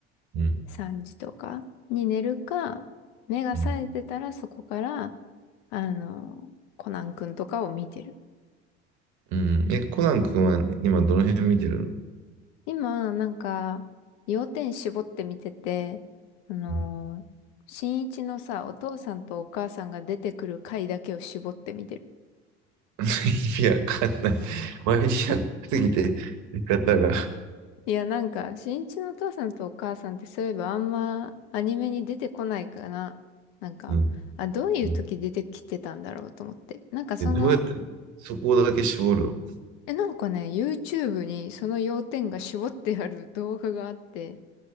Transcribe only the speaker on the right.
う
ん。
うんえ、コナン君は今どの辺見てるの
うん
<laughs> 意味わかんない。マニアックすぎて、見方が。
うん。
うん
え、どうやってそこだけ絞るの